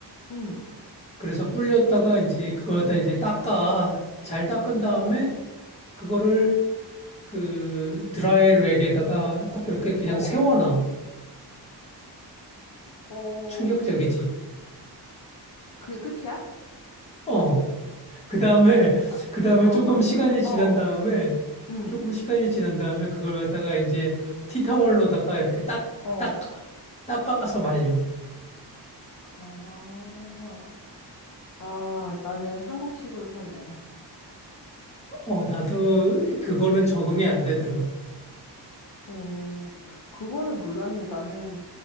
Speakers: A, on the left; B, on the left.
A: 응.
B: 그래서 불렸다가 이제 그거 다 이제 닦아. 잘 닦은 다음에
A: 어,
B: 그거를 그 드라이 랙에다가 딱 이렇게 그냥
A: 어,
B: 세워놔.
A: 어,
B: 충격적이지.
A: 그, 그, 그 끝이야?
B: 어. 그 다음에, 그
A: <laughs>
B: 다음에
A: 어,
B: 조금 시간이 지난
A: 어,
B: 다음에,
A: 응,
B: 조금 시간이 지난 다음에 그걸 갖다가 이제 티타월로다가 이렇게 딱,
A: 어.
B: 닦아. 닦아서 말려.
A: 아, 아, 나는 한국식으로 살래.
B: 어, 나도 그거는 적응이 안 되더라고.
A: 오, 그거는 몰랐네. 나는